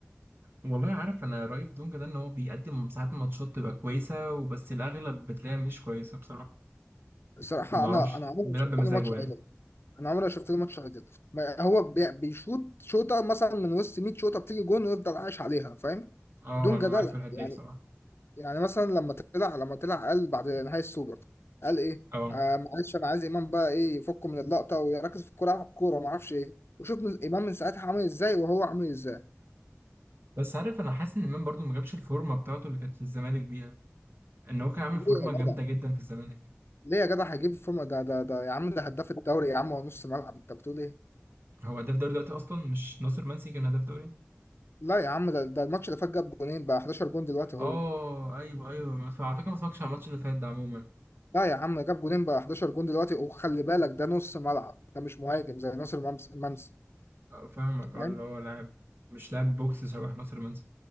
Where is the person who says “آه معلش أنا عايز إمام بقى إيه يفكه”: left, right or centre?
Left